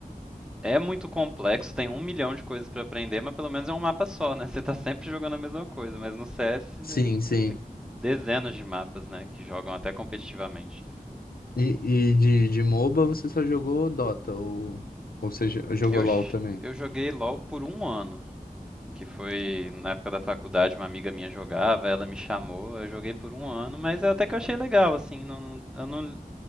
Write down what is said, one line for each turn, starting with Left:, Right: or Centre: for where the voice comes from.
Centre: É muito complexo, tem um milhão de coisas pra aprender, mas pelo menos é um mapa só, né? Você tá sempre jogando a mesma coisa, mas no CS
Left: Sim,
Centre: é,
Left: sim.
Centre: tem dezenas de mapas, né? Que jogam até competitivamente.
Left: E, e de, de MOBA você só jogou Dota, ou, ou você jo- jogou
Centre: Eu,
Left: LoL
Centre: ch-
Left: também?
Centre: eu joguei LoL por um ano, que foi na época da faculdade, uma amiga minha jogava, ela me chamou, eu joguei por um ano, mas até que eu achei legal, assim, não, não- eu não